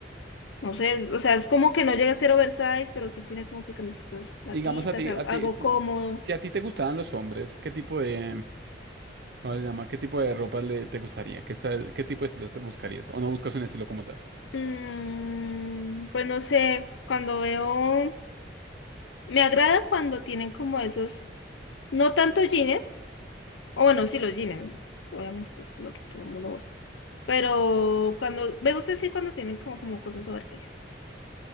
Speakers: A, on the left; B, on the right.
A: no sé, es- o sea, es como que no llega a ser oversize, pero sí tiene como que camisetas larguitas,
B: Digamos a ti,
A: al-
B: a
A: algo
B: ti, si
A: cómodo.
B: si a ti te gustaban los hombres, ¿qué tipo de, cómo se llama? ¿Qué tipo de ropa le, te gustaría? ¿Qué, esta- qué tipo de estilo te buscarías? ¿O no buscas un estilo como tal?
A: Mm, pues no sé, cuando veo, me agrada cuando tienen como esos, no tanto jeans, o bueno, sí los jeans, obviamente pues lo que todo el mundo usa Pero cuando, me gusta decir cuando tienen como, como cosas oversize.